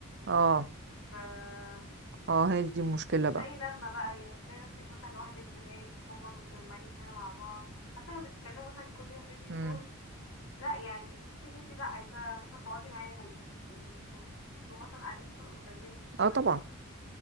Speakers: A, on the right; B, on the left.
A: اه
B: ف
A: اه هي دي المشكلة
B: بتلاقي
A: بقى
B: لما بقى يعني بتلاقي نفسك مثلا لوحدك هناك هما متجمعين هنا مع بعض حتى لو بتتكلموا مثلا كل يوم فيديو
A: امم
B: كول لا يعني تحسي انت لا عايزة مثلا تقعدي معاهم وتبقوا مثلا قاعدين مثلا قدام منك كده
A: اه طبعا